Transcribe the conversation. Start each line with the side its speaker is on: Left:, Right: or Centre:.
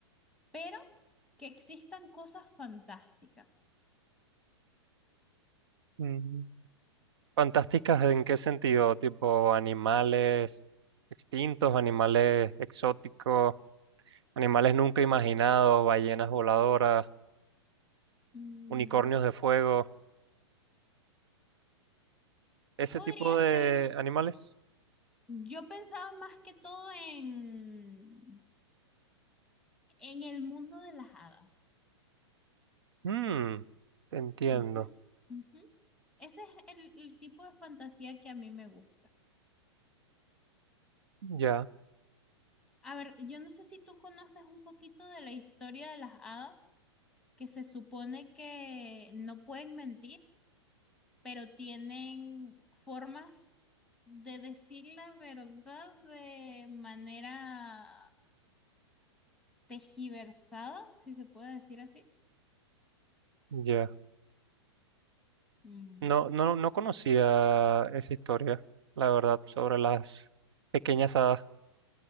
Centre: pero que existan cosas fantásticas.
Right: Mm. ¿Fantásticas en qué sentido? Tipo animales extintos, animales exóticos, animales nunca imaginados, ballenas voladoras,
Centre: Mm,
Right: unicornios de fuego, ese
Centre: podría
Right: tipo de
Centre: ser,
Right: animales.
Centre: yo pensaba más que todo en, en el mundo de las hadas.
Right: Mm, te entiendo.
Centre: Ujú, ujú. Ese es el, el tipo de fantasía que a mí me gusta.
Right: Ya,
Centre: A ver, yo no sé si tú conoces un poquito de la historia de las hadas, que se supone que no pueden mentir pero tienen formas de decir la verdad de manera tejiversada, si se puede decir así.
Right: ya.
Centre: Mm,
Right: No, no, no conocía esa historia, la verdad, sobre las pequeñas hadas.